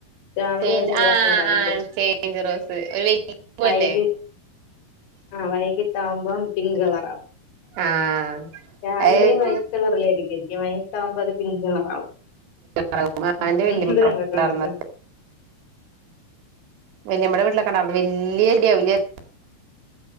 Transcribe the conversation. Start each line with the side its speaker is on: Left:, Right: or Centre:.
Left: രാവിലെ
Right: ചേഞ്ച്
Left: അത് വെള്ളക്കളറായിരിക്കും
Right: ആഹ് ആഹ് ചേഞ്ച് റോസ് ഒരു വലിയ പൂവല്ലേ
Left: വൈകി ആ വൈകിട്ട് ആകുമ്പോം പിങ്ക് കളർ ആകും.
Right: ആഹ്
Left: രാവിലെ
Right: അത്
Left: വൈറ്റ് കളറിലായിരിക്കും ഇരിക്കുക വൈകിട്ട് ആകുമ്പോ അത് പിങ്ക് കളർ ആകും.
Right: ആ
Left: മ്
Right: എന്റെ വല്യമ്മ
Left: ഇത് കണ്ടിട്ടൊണ്ട്
Right: ഉണ്ടാർന്നത്
Left: ആ
Right: വല്യമ്മയുടെ വീട്ടിലൊക്കെണ്ടാരുന്നു വല്യ <unintelligible>